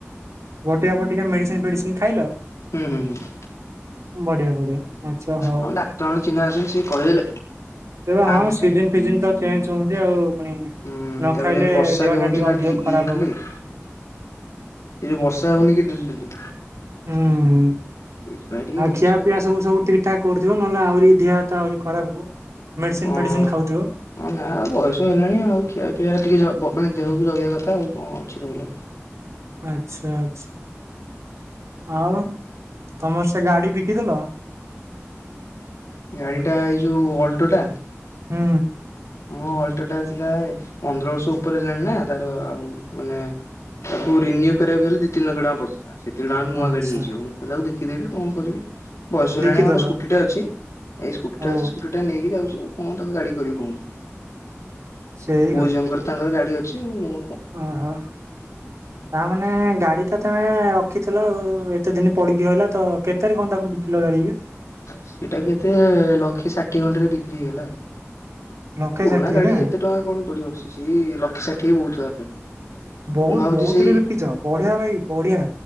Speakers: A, on the right; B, on the left.
A: ବଟିକା ଫଟିକା ମେଡିସିନ ଫେଡିସିନ ଖାଇଲ।
B: ହୁଁ ହୁଁ ହୁଁ।
A: ବଢିଆ ବଢିଆ। ଆଛା ହଉ
B: ଆମ ଡାକ୍ତର ଜଣେ ଚିହ୍ନା ଅଛନ୍ତି ସିଏ କହିଦେଲେ
A: ହଁ
B: ଆମେ ଖାଇଲୁ।
A: ସିଜନ ଫିଜନ ତ ଚେଞ୍ଜ ହୁନ୍ତି ଆଉ। ପୁଣି
B: ହୁଁ
A: ନ
B: ତାପରେ
A: ଖାଇଲେ
B: ଏ ବର୍ଷା
A: ଦେହଟା
B: ବି ହଉଛି
A: ଟିକେ
B: ନା
A: ଅଧିକ
B: <unintelligible>
A: ଖରାପ ହବ।
B: ଏ ଯୋଉ ବର୍ଷା ହଉନି କି ଡେଲି ଡେଲି
A: ହୁଁ ହୁଁ
B: ସେଇଥିପାଇଁ ଟିକେ
A: ଆଉ
B: ହଉଛି
A: ଖିଆ ପିଆ ସବୁ ସବୁ ଠିକ୍ ଠାକ୍ କରୁଥିବ ନହେଲେ ଆହୁରି ଦିହ ହାତ ଆହୁରି ଖରାପ ହେବ ମେଡ଼ିସିନ
B: ହଁ।
A: ଫେଡ଼ିସିନ ଖାଉଥିବ।
B: ହଁ ନା ଆଉ ବୟସ ହେଲାଣି ଆଉ ଖିଆ ପିଆ ଟିକେ ମାନେ ଦେହକୁ ଜଗିବା କଥା ଆଉ କଣ ଅଛି କହିଲ।
A: ଆଛା ଆଛା ଆଉ ତମର ସେ ଗାଡି ବିକିଦେଲ।
B: ଗାଡିଟା ଏଇ ଯୋଉ ଅଲ୍ଟୋଟା
A: ହୁଁ।
B: ହଁ ଅଲ୍ଟୋଟା ଆସିଲା ପନ୍ଦର ବର୍ଷ ଉପରେ ହେଲାଣି ନା ତାର ଆଉ ମାନେ ତାକୁ ରେନ୍ୟୁ କରିବାକୁ ହେଲେ ଦି ତିି ଲକ୍ଷ ଟଙ୍କା ପଡୁଥିଲା। ସେତିକିଣା ନୂଆ
A: ଆଚ୍ଛା
B: ଗାଡି ହେଇଯିବ ମୁଁ କହିଲି ତାକୁ ବିକିଦେବି କଣ କରିବି। ବୟସ ହେଲାଣି
A: ବିକିଦେଲ
B: ଗୋଟେ ସ୍କୁଟିଟା ଅଛି ଏଇ ସ୍କୁଟିଟା
A: ଓ
B: ଅଛି ସ୍କୁଟିଟା ନେଇକି ଯାଉଛି ଆଉ କଣ ତାକୁ ଗାଡ଼ି କରିକି କହୁ
A: ସେଇ
B: ପୁଅ ଝିଅଙ୍କର ତାଙ୍କର ଗାଡି ଅଛି ମୁ
A: ଓ ହୋ। ତାମାନେେ ଗାଡି ଟା ତମେ ରଖିଥିଲ ଆଉ ଏତେ ଦିନ ପଡିକି ରହିଲା ତ କେତେରେ କଣ ତାକୁ ବିକିଲ ଗାଡିକି।
B: ସେଟା କେତେ ଲକ୍ଷେ ଷାଠିଏ ଖଣ୍ଡରେ ବିକ୍ରି ହେଇଗଲା।
A: ଲକ୍ଷେ
B: ପୁରୁଣା
A: ଷାଠିଏ
B: ଗାଡି
A: ନା
B: ଏତେ ଟଙ୍କା କଣ ପଡିବ ସେ ସେଇ ଲକ୍ଷେ ସାଠିଏ ବହୁତ ତା ପାଇଁ।
A: ବହୁତ
B: ମୁଁ ଭାବୁଛି
A: ବହୁତ
B: ସେଇ
A: ରେ ବିକିଛ ବଢିଆ ଭାଇ ବଢିଆ।